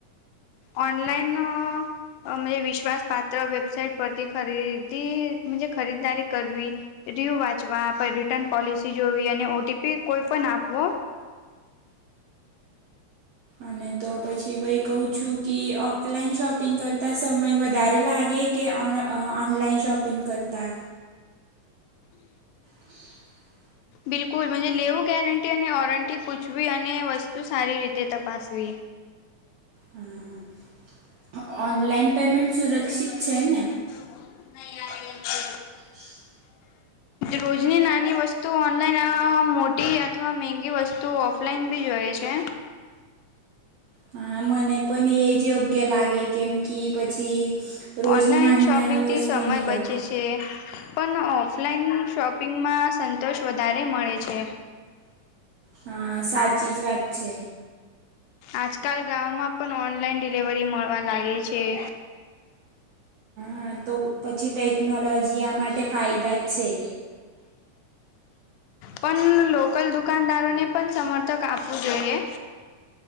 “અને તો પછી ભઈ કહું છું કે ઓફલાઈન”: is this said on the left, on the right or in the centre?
Right